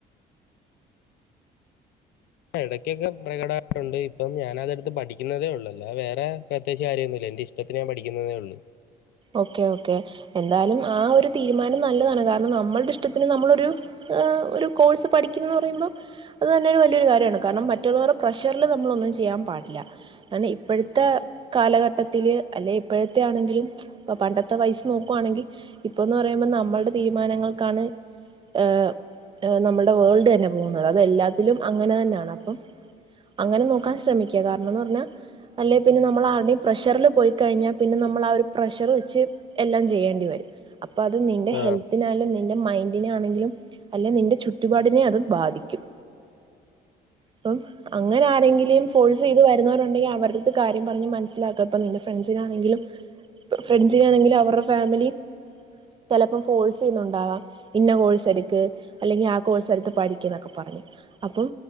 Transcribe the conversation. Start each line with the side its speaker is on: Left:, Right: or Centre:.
Left: എടക്കൊക്കെ പ്രകടമായിട്ടുണ്ട് ഇപ്പം ഞാൻ അത അടുത്ത് പഠിക്കുന്നതേ ഒള്ളൂ വേറെ പ്രത്യേകിച്ച് കാര്യൊന്നും ഇല്ല എന്റെ ഇഷ്ടത്തിന് ഞാൻ പഠിക്കുന്നന്നേ ഉള്ളൂ
Right: ഓക്കെ ഓക്കെ എന്തായാലും ആ ഒരു തീരുമാനം നല്ലതാണ് കാരണം നമ്മൾടെ ഇഷ്ടത്തിന് നമ്മളൊരു ഏഹ് ഒരു കോഴ്സ് പഠിക്കുന്നന്ന് പറയുമ്പോം അത് തന്നെ വലിയൊരു കാര്യമാണ് കാരണം മറ്റുള്ളവരുടെ പ്രഷറിൽ നമ്മളൊന്നും ചെയ്യാൻ പാടില്ല കാരണം ഇപ്പഴത്തെ കാലഘട്ടത്തില് അല്ലെ ഇപ്പോഴത്തെ ആണെങ്കിലും ഇപ്പോ പണ്ടത്തെ വയിസ് നോക്കുയാണെങ്കിൽ ഇപ്പോന്ന് പറയുമ്പോ നമ്മൾടെ തീരുമാനങ്ങൾക്കാണ് ഏഹ് നമ്മൾടെ വേൾഡ് തന്നെ പോകുന്നത് അതെല്ലാത്തിലും അങ്ങനെ തന്നെയാണ് അപ്പം അങ്ങനെ നോക്കാൻ ശ്രമിക്കുക കാരണന്ന് പറഞ്ഞാൽ അല്ലേ പിന്നെ നമ്മൾ ആരുടെയും പ്രഷറിൽ പോയി കഴിഞ്ഞാ പിന്നെ നമ്മൾ ആ ഒരു പ്രഷർ ച്ച് എല്ലാം ചെയ്യേണ്ടി വരും അപ്പൊ അത് നിന്റെ ഹെൽത്തിനായാലും
Left: ആഹ്
Right: നിൻ്റെ നിന്റെ മൈൻഡ് ണെങ്കിലും അല്ലേ നിന്റെ ചു ചുറ്റുപാടിനെ അതും ബാധിക്കും അപ്പം അങ്ങനെ ആരെങ്കിലെയും ഫോഴ്സ് ചെയ്ത് വരുന്നവരുണ്ടെങ്കിൽ അവരുടുത്ത് കാര്യം പറഞ്ഞ് മനസ്സിലാക്കപ്പ നിന്റെ ഫ്രണ്ട്സിനാണെങ്കിലും ഫ്രണ്ട്സിനാണെങ്കിലും അവരുടെ ഫാമിലി ചിലപ്പോം ഫോഴ്സ് ചെയ്യുന്നുണ്ടാവാം ഇഞ കോഴ്സ് എടുക്ക് അല്ലെങ്കിൽ ആ കോഴ്സ് എടുത്ത് പഠിക്ക് എന്നൊക്കെ പറഞ് അപ്പം